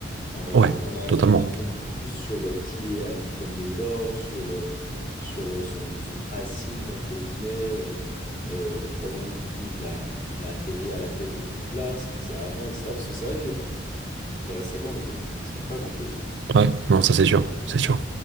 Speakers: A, on the left (about 40°); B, on the right (about 65°).
A: En vrai,
B: Ouais,
A: de vrai. On, en
B: totalement.
A: on en apprend beaucoup plus sur euh, qui est Albus Dumbledore, sur, euh, sur euh, son, son passif, entre guillemets, euh, euh, comment du coup il a, il a atterri à la tête de Poudlard, ce qu'il faisait avant, etc. Parce que c'est vrai que dans la saga, on ne savait pas grand-chose.
B: Ouais, non, ça c'est sûr, c'est sûr.